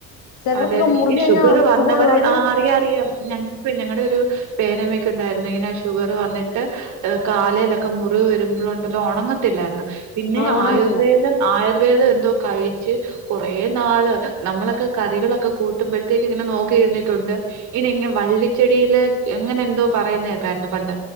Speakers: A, on the left (about 65°); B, on the right (about 70°).
A: ചിലർക്കൊക്കെ
B: അതെ അതെ.
A: മുറിഞ്ഞു
B: ഈ
A: കഴിഞ്ഞാ
B: ഷുഗറ് വന്നവരെ
A: ഷുഗർ ഉള്ളവർ
B: ആ അറിയാം അറിയാം ഞങ്ങക്ക് ഞങ്ങടെ ഒരു പേരമ്മയ്ക്ക് ഉണ്ടായിരുന്നു ഇങ്ങനെ ഷുഗർ വന്നിട്ട് കാലെലൊക്കെ മുറിവ് വരുമ്പളൊ ഒണങ്ങത്തില്ലായിരുന്നു പിന്നെ
A: ആ ഉണങ്ങത്തില്ല
B: ആയുർവേദം ആയു ർവേദം എന്തോ കഴിച്ച് കുറെ നാള് നമ്മളൊക്കെ കറികളൊക്കെ കൂട്ടുമ്പോഴത്തേക്ക് ഇങ്ങനെ നോക്കിയിരുന്നിട്ടുണ്ട് ഇനി ഇങ്ങ വള്ളിച്ചെടിയില് അങ്ങനെന്തോ പറയുന്നത് കേക്കായിരുന്നു പണ്ട്